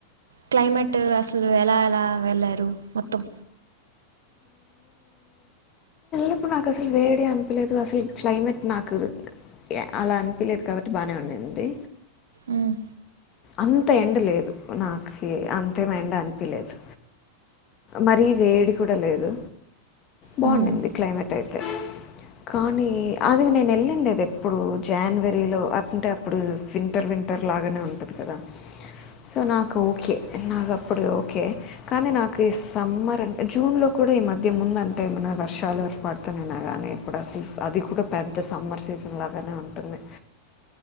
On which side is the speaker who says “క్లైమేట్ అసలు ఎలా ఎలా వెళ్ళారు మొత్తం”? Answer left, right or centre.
Right